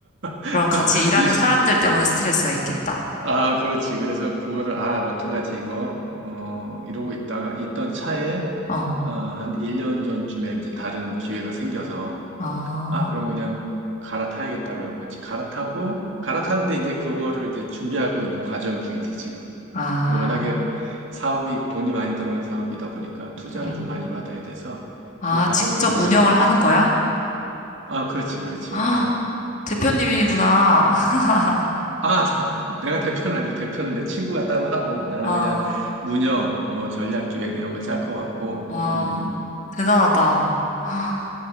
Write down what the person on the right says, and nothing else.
<laughs>
이 시-
아, 그렇지. 그래서 그거를, 아, 어떡하지, 이거. 어, 이러고 있다가, 있던 차에,
어, 한 1년 전쯤에 이제 다른 기회가 생겨서,
아, 그럼 그냥 갈아타야겠다 그러고 갈아타고 갈아타는데 이제 그거를 이제 준비하고 있는 과정 중이지 지금.
워낙에 사업이 돈이 많이 들어가는 사업이다 보니까 투자를
좀 많이 받아야 돼서
그 과정이
좀 오래
걸리고
있어.
아, 그렇지, 그렇지.
응.
아, <laughs> 내가 대표는 아니고 대표는 내 친구가 따로 하고 나는
그냥 운영, 뭐 전략 기획 이런 거 짤 것 같고.
음.